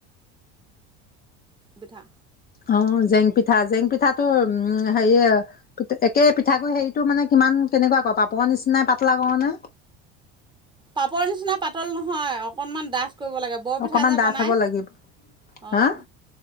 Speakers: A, on the right; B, on the left.
A: পিঠা
B: অঁ জেং পিঠা, জেং পিঠাটো উম হেৰিয়ে একে পিঠা হেৰিটো মানে কিমান কেনেকুৱা ক পাপৰ নিচিনাই পাতলা কৰ নে
A: পাপৰ নিচিনা পাতল নহয়, অকনমান ডাঠ! কৰিব লাগে। বৰপিঠা
B: অকমান
A: যে
B: ডাঠ
A: বনায়,
B: হ'ব লাগিব
A: অঁ
B: হা